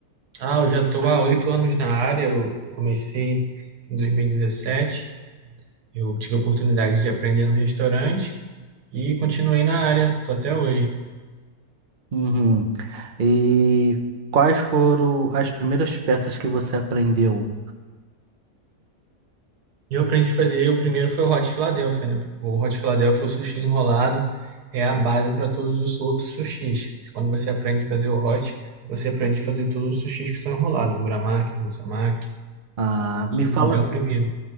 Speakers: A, on the right; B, on the right.
A: Ah, eu já tô há 8 anos na área. Eu, eu comecei em 2017. Eu tive a oportunidade de aprender no restaurante e continuei na área, tô até hoje.
B: Uhum. E quais foram as primeiras peças que você aprendeu?
A: E eu aprendi a fazer, o primeiro foi o Hot Philadelphia, né? O Hot Philadelphia é o sushi enrolado, é a base para todos os outros sushis. Quando você aprende a fazer o hot, você aprende a fazer todos os sushis que são enrolados, o uramaki, o musamaki,
B: Ah, me
A: e
B: fala,
A: é o primeiro.